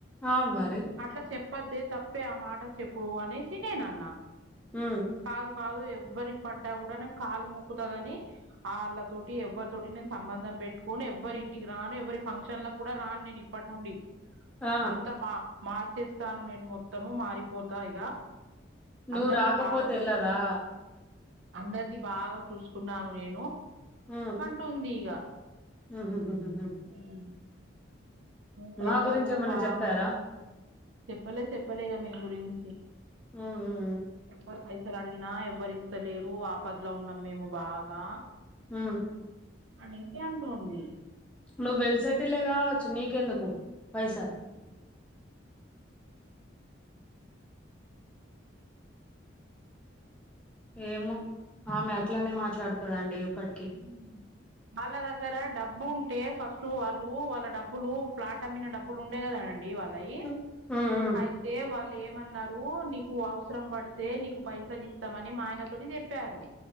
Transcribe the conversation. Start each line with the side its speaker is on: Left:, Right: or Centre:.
Centre: అవును మరి
Right: అట్లా చెప్పద్దే తప్పే ఆ మాట చెప్పుడు అనేసి నేను అన్నా
Centre: మ్
Right: కాదు కాదు ఎవ్వరికి పడ్డా కూడా నేను కాలు మొక్కుతదని వాళ్ళతోటి ఎవ్వరి తోటి నేను సంబంధం పెట్టుకొని ఎవ్వరి ఇంటికి రాను ఎవరి ఫంక్షన్లకు కూడా రాను నేను ఇప్పటి నుండి
Centre: ఆ
Right: అంత మా మార్చేస్తాను నేను మొత్తము మారిపోతా ఇగ
Centre: నువ్వు
Right: అందరిది
Centre: రాకపోతే
Right: బాగా
Centre: ఎల్లదా
Right: అందరిది బాగా చూసుకున్నాను నేను
Centre: ఊ
Right: అంటంది ఇగ
Centre: హమ్హమ్మ్
Right: హ్మ్ పైసలకు
Centre: మా గురించి ఏమన్నా
Right: బాగా
Centre: చెప్పారా
Right: చెప్పలే చెప్పలే ఇగ మీ గురించి
Centre: హ్మ్
Right: ఎవ్వరు పైసలు అడిగినా ఎవ్వరు ఇస్తలేరు ఆపదలో ఉన్నాం మేము బాగా
Centre: హ్మ్
Right: అనికే అంటుంది
Centre: నువ్వు వెల్ సెటిలేగా కావచ్చు నీకెందుకు పైసలు
Right: ఉమ్
Centre: ఏమో ఆమె అట్లనే మాట్లాడతదండి ఎప్పటికీ
Right: ఉ వాళ్ళ దగ్గర డబ్బు ఉంటే ఫస్ట్ వాళ్ళు వాళ్ళ డబ్బులు ఫ్లాట్ అమ్మిన డబ్బులు ఉండే కదానండి వాళ్ళు అయి
Centre: ఉమ్ ఉమ్
Right: అయితే వాళ్ళ ఏమన్నారు నీకు అవసరం పడితే నీకు పైసలు ఇస్తామని మా ఆయన తోటి చెప్పారు